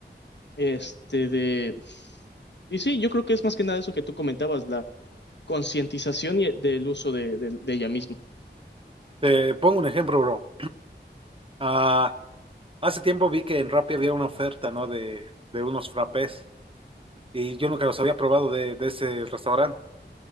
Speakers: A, on the left; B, on the right.
A: Este de... Y sí, yo creo que es más que nada eso que tú comentabas, la concientización y- del uso de, de- de ella misma.
B: Te pongo un ejemplo, bro. Ah, hace tiempo vi que en Rappi había una oferta, ¿no? De, de unos frappés y yo nunca los había probado de, de ese restaurante.